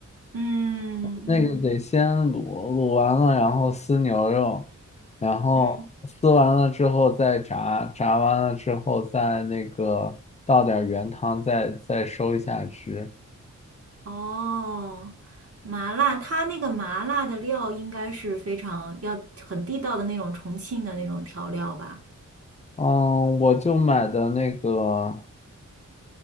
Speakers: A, on the right; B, on the left.
A: 嗯嗯
B: 那个得先卤，卤完了然后撕牛肉，然后撕完了之后再炸，
A: 嗯，
B: 炸完了之后再那个倒点儿原汤再，再收一下汁。
A: 哦，麻辣，它那个麻辣的料应该是非常要很地道的那种重庆的那种调料吧？
B: 嗯，我就买的那个，